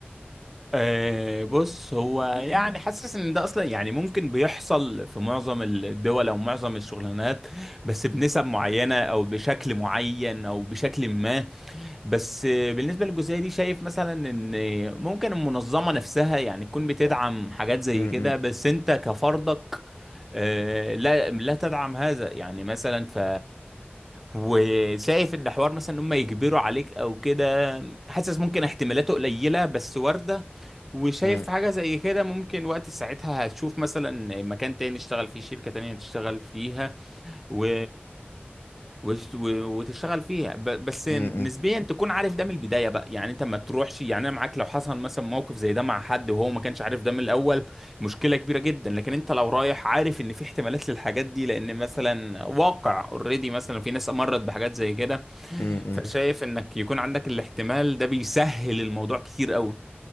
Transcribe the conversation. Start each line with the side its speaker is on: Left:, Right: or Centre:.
Centre: أه بص هو يعني حاسس ان ده اصلا يعني ممكن بيحصل في معظم الدول او معظم الشغلانات بس بنسب معينة او بشكل معين او بشكل ما بس آه، بالنسبة للجزئية دي شايف مثلا ان ممكن المنظمة نفسها يعني تكون بتدعم حاجات زي
Left: م-
Centre: كده
Left: م-
Centre: بس انت كفردك آه، لا لا تدعم هذا يعني مثلا ف وشايف ان حوار مثلا ان هم يجبروا عليك او كده حاسس ممكن احتمالاته قليله بس وارده وشايف
Left: م-
Centre: حاجه زي كده ممكن وقت ساعتها هتشوف مثلا مكان تاني تشتغل فيه شركه تانية تشتغل فيها و... وت- و- وتشتغل فيها ب- بس نسبيا
Left: م-
Centre: تكون عارف ده من البدايه بقى يعني انت ما تروحش يعني انا معاك لو حصل مثلا موقف زي ده مع حد وهو ما كانش عارف ده من الاول مشكله كبيره جدا لكن انت لو رايح عارف ان في احتمالات للحاجات دي لان مثلا واقع اوريدي مثلا في ناس مرت بحاجات زي كده
Left: م- م-
Centre: فشايف انك يكون عندك الاحتمال ده بيسهل الموضوع كتير قوي